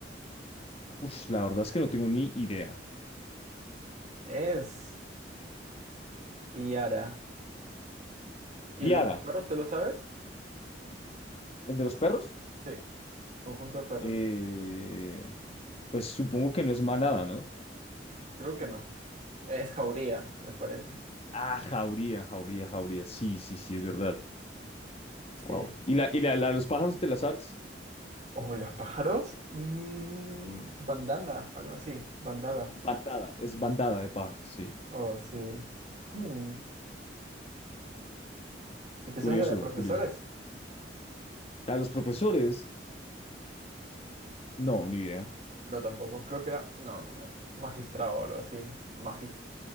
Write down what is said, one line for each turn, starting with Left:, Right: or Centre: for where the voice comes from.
Left: Uf, la verdad es que no tengo ni idea.
Right: Es piara. ¿Y
Left: Piara,
Right: el de los perros, te lo sabes?
Left: ¿el de los perros?
Right: Sí, conjunto de perros.
Left: Eh, pues supongo que no es manada, ¿no?
Right: Creo que no. Es jauría, me parece.
Left: Ah, jauría, jauría, jauría. Sí, sí, sí, es verdad.
Right: Sí.
Left: Wow. ¿Y la, y la, la de los pájaros te la sabes?
Right: ¿O los pájaros? Mm, bandana, algo así. Bandada.
Left: Bandada, es bandada de pájaros, sí.
Right: Oh, sí. Hmm. ¿Y te
Left: Curioso,
Right: sabes de profesores?
Left: curioso. A los profesores, no, ni idea.
Right: No, tampoco. Creo que era. No, no, no. Magistrado o algo así. Magis.